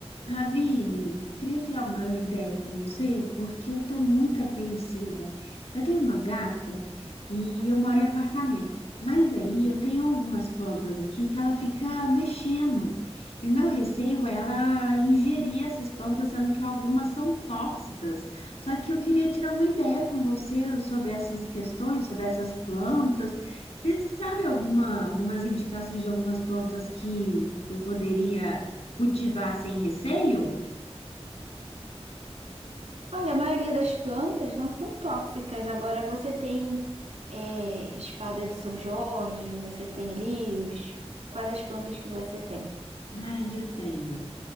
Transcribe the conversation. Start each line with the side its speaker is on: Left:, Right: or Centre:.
Left: Ravine, queria tirar uma ideia com você, porque eu estou muito apreensiva. Eu tenho uma gata e eu moro em apartamento, mas daí eu tenho algumas plantas aqui que ela fica mexendo. E o meu receio é ela ingerir essas plantas, sendo que algumas são tóxicas. Só que eu queria tirar uma ideia com você sobre essas questões, sobre essas plantas. Você sabe alguma, algumas indicações de algumas plantas que eu poderia Cultivar sem receio?
Right: Olha, a maioria das plantas não são tóxicas. Agora você tem é, espada de São Jorge, você tem lírios. Quais as plantas que você tem?
Left: Ai, eu tenho.